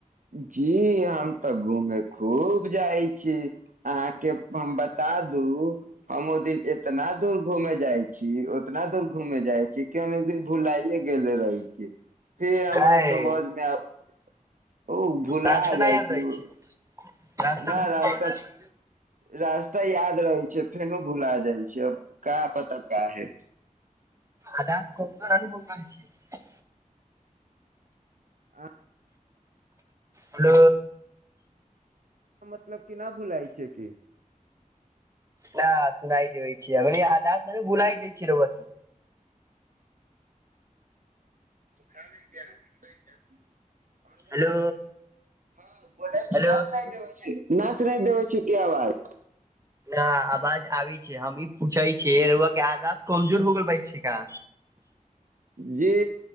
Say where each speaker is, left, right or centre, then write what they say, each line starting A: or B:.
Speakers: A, on the right (about 70°); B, on the right (about 20°).
A: जी हम तऽ घूमे खूब जाइ छी, अहाँके हम बता दू हम ओय दिन एतना दूर घूमे जाइ छी ओतना दूर घूमे जाइ छीयै कि हम एकदिन भुलाईयै गेल रही छी फेर हमरा
B: काहे
A: समझमे आब ओ भुला
B: रास्ता
A: जाइ
B: न याद
A: छीयै
B: रहै
A: उ
B: छै रास्ता
A: नै
B: भूल
A: रास्ता
B: जाइ छी
A: रास्ता याद रहै छै फेनोो भुला जाइ छै क पता का है।
B: आ द को रहलन ब रहल छै।
A: आ।
B: हलो।
A: मतलब कि नहि भुलाइ छै कि।
B: न सुनाइ देबै छिय हम आधास ने भुलाइ जाइ छियै रब।
A: खाली। आओर बताय
B: हेलो
A: न हँ बोलाय छी
B: हेलो
A: न नहि देबै छै। न सुनाइ दे छ की आवाज।
B: न आवाज आबै छै हम ई पूछै छियै के रआधास कमजोर हो गेल बै छै का।
A: जी